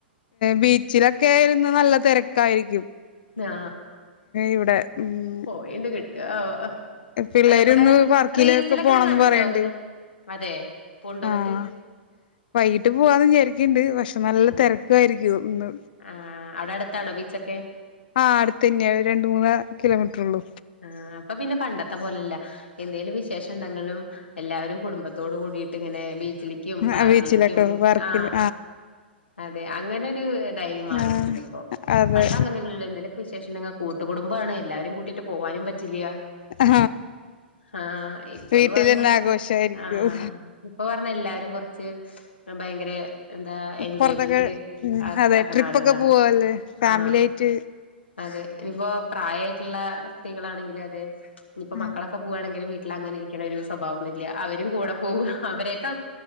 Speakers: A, on the left (about 55°); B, on the left (about 75°).
A: ബീച്ചിലൊക്കെ ഇരുന്ന് നല്ല തിരക്കായിരിക്കും.
B: ആ
A: ഇവിടെ ഉം
B: പോ എന്റെ കിട്ടുവെ ആവോ
A: പിള്ളേരിന്ന്
B: അല്ല ഇവിടെ
A: പാർക്കിലൊക്കെ
B: റീൽസിലൊക്കെ
A: പോണംന്ന്
B: ഞാൻ കണ്ടിട്ടോ
A: പറയണ്ട്
B: ഇങ്ങനെ അതെ പൊണ്ടോന്നിട്ട്
A: ആഹ് വൈകിട്ട് പോവാന്ന് വിചാരിക്കണ്ട് പക്ഷെ നല്ല
B: ആഹ്
A: തിരക്കയിരിക്കും. ഒന്ന്
B: ആഹ് അവിടെ അടുത്താണോ ബീച്ചൊക്കെ
A: ആ അടുത്ത് തന്നെയാണ് രണ്ട് മൂന്ന് കിലോമീറ്ററെ ഉള്ളൂ
B: ആ അപ്പൊ പിന്നെ പണ്ടത്തെ പോലല്ല എന്തേലും വിശേഷം ഉണ്ടെങ്കിലും എല്ലാവരും കുടുംബത്തോട് കൂടിയിട്ട് ഇങ്ങനെ ബീച്ചിലേക്കും പാർക്കിലേക്കും
A: ആ ബീച്ചിലൊക്കെ പാർക്കില്
B: ആ അതെ അങ്ങനെ ഒരു ഇതായി മാറിയിട്ടുണ്ട്
A: ആ
B: ഇപ്പോ
A: അതെ
B: പണ്ട് അങ്ങനെയല്ലല്ലോ എന്തേലും ഒക്കെ വിശേഷണ്ടെ കു കൂട്ടുകുടുംബമാണ് എല്ലാവരെയും കൂട്ടയിട്ട് പോവാനു പറ്റില്ല
A: ആ
B: ആ ഇപ്പൊന്ന്
A: വീട്ടിലന്നെ
B: പറഞ്ഞ
A: ആഘോഷായിരിക്കും
B: ആ ഇപ്പൊ പറഞ്ഞ എല്ലാരും കൊറ ഭയങ്കര എന്താ എൻജോയ്മെന്റ്
A: പൊറത്തൊക്കെ ഉം
B: ആ
A: അതെ
B: ആക്കണ
A: ട്രിപ്പൊക്കെ
B: ആളുകളാ
A: പോവല്ലേ ഫാമിലി
B: ആ
A: ആയിട്ട്
B: ആ അതെ ഇനിയിപ്പോ പ്രായമായിട്ടുള്ള സ്ത്രീകളാണെങ്കിലും അതെ ഇപ്പ
A: ആ
B: മക്കളൊക്കെ പോവവാണെങ്കിലും വി അങ്ങനെ ഇരിക്കുന്ന ഒരു സ്വഭാവം ഒന്നുല്ല കൂടെ പോ അവരക്കെ